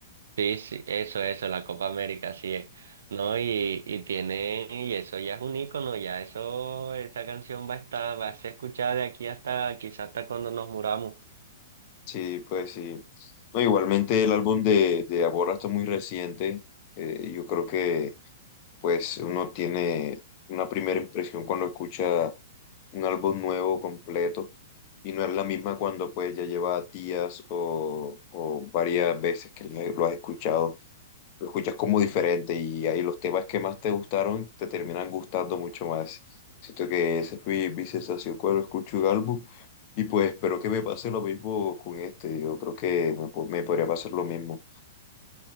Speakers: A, on the right; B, on the left.
A: sí, sí, eso, eso, la Copa América, así es. No, y, y tiene, y eso ya es un ícono, ya eso, esa canción va a estar, va a ser escuchada de aquí hasta, quizás hasta cuando nos muramos.
B: Sí, pues sí. No, igualmente el álbum de, de Aborra está muy reciente. Eh, yo creo que pues uno tiene una primera impresión cuando escucha un álbum nuevo, completo, y no es la misma cuando pues ya lleva días o, o varias veces que lo lo has escuchado. Lo escuchas como diferente y ahí los temas que más te gustaron te terminan gustando mucho más. Siento que esa fue mi sensación cuando escucho un álbum Y pues espero que me pase lo mismo con este. Yo creo que me, po- me podría pasar lo mismo.